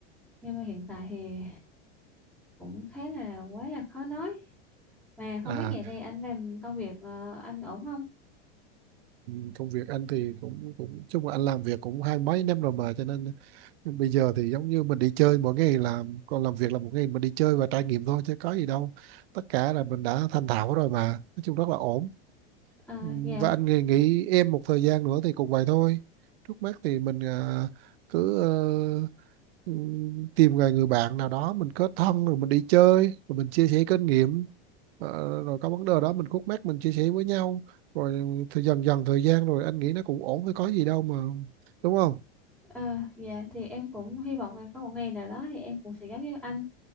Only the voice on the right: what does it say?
à
Ừ, công việc anh thì cũng cũng chung là anh làm việc cũng hai mấy năm rồi mà cho nên bây giờ thì giống như mình đi chơi mỗi ngày làm còn làm việc là một ngày mình đi chơi và trải nghiệm thôi chứ có gì đâu tất cả là mình đã thành thạo rồi mà nói chung rất là ổn
Ừ,
và anh nghỉ, nghỉ em một thời gian nữa thì cũng vậy thôi trước mắt thì mình à, cứ ờ, ừm, tìm người người bạn nào đó mình kết thân rồi mình đi chơi rồi mình chia sẻ kinh nghiệm Ờ, rồi có vấn đề đó mình khúc mắc mình chia sẻ với nhau rồi thì dần dần thời gian rồi anh nghĩ nó cũng ổn thôi có gì đâu mà đúng không